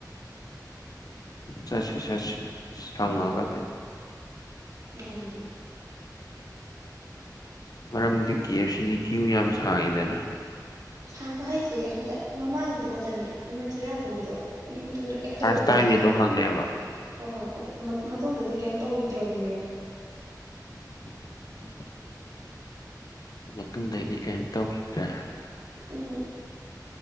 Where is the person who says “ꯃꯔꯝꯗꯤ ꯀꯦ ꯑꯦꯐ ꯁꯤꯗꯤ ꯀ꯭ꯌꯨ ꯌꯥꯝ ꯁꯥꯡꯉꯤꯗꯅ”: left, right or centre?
Left